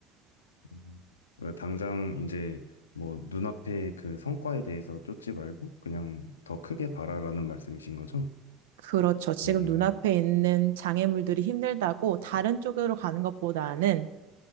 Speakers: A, on the left; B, on the right.
A: 음. 그러니까 당장 이제 뭐 눈앞에 그 성과에 대해서 쫓지 말고 그냥 더 크게 바라라는 말씀이신 거죠?
B: 그렇죠. 지금
A: 음,
B: 눈앞에 있는 장애물들이 힘들다고 다른 쪽으로 가는 것보다는